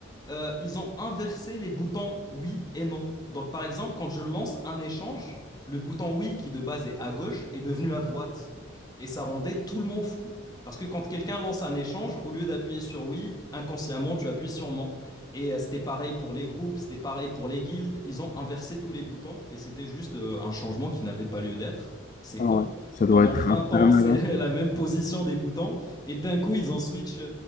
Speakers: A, on the left; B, on the left.
A: euh, ils ont inversé les boutons oui et non. Donc, par exemple, quand je lance un échange, le bouton oui, qui de base est à gauche, est devenu à droite. Et ça rendait tout le monde fou. Parce que quand quelqu'un lance un échange, au lieu d'appuyer sur oui, inconsciemment, tu appuies sur non. Et euh, c'était pareil pour les groupes, c'était pareil pour les guildes. Ils ont inversé tous les boutons et c'était juste euh, un changement qui n'avait pas lieu d'être. C'est
B: ah
A: con.
B: ouais, ça doit
A: Pendant
B: être
A: 20
B: un peu
A: ans,
B: malin.
A: c'est <laughs> la même position des boutons et d'un coup, ils en switch euh,